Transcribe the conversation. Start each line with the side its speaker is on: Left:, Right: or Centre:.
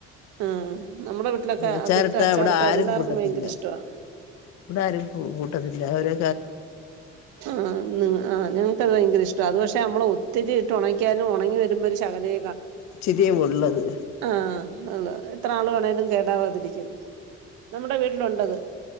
Right: ആഹ് നമ്മുടെ വീട്ടിലൊക്കെ
Left: അച്ചാറിട്ടാ
Right: അതിട്ട് അച്ചാറിട്ട
Left: ഇവിടെ ആരും
Right: എല്ലാവർക്കും
Left: കൂട്ടത്തില്ല
Right: ഭയങ്കര ഇഷ്ടവാ
Left: ഇവിടെ ആരും കൂട്ടത്തില്ല അവരെ
Right: ആഹ് ആഹ് ഞങ്ങക്കത് ഭയങ്കര ഇഷ്ട്ടാ അത് പക്ഷെ നമ്മളെ ഒ തിരിട്ട ഉണയ്ക്കാലും ഉണങ്ങി വരുമ്പോ ഒരു ശകലെ
Left: ഇച്ചിരിയേ ഉള്ളത്
Right: ആ ഉള്ള എത്ര നാള് വേണേലും കേടാവാതിരിക്കും നമ്മുടെ വീട്ടിലുണ്ടത്